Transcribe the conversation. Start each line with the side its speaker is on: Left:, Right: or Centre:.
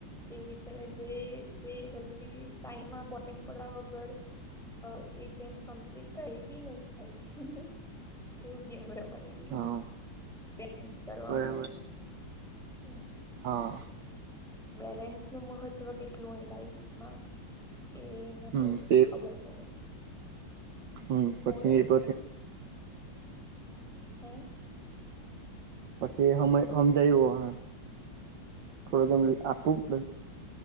Centre: એ રીતે જે જે જલ્દી ટાઈમમાં બપેન પડવા વગર અહ એ ગેમ કમ્પ્લીટ થાય એવી ન થાય. એવું ગેમ રમાયડુ
Right: હા
Centre: બેલેન્સ કરવાનું
Right: બરાબર
Centre: એમ. હમ્મ.
Right: હા.
Centre: બેલેન્સ નું મહત્વ કેટલું હોય લાઈફમાં, એ
Right: હમ
Centre: ને પથી
Right: તે
Centre: ખબર પડે હમ
Right: હમ્મ પછી
Centre: મોરલ
Right: એક વા
Centre: હે
Right: પછી હમ હમમજાયુ અહે થોડું એમ આપવું પડે.